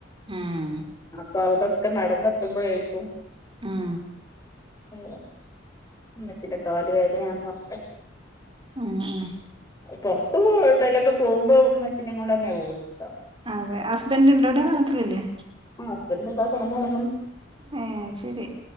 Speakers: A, on the right (about 30°); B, on the left (about 20°).
A: ഉം
B: അപ്പൊ അവടെക്കെ നടന്നെത്തുമ്പോഴേക്കും
A: ഉം
B: അതാ ഉമ്മച്ചിൻറെ കാല് വേദനയാണ് പറഞ്ഞിട്ട്
A: ഉം ഉം
B: പൊർത്തു പോ എടലൊക്കെ പോവുമ്പോ മ്മച്ചിനെങ്ങാണ്ടെന്നെ <unintelligible>
A: അതെ ഹസ്ബൻ്റ് ണ്ടടെ നാട്ടിലില്ലേ?
B: ആ ഹസ്ബൻ്റ് താ കെടന്നൊറങ്ങന്ന്-
A: മേ ശരി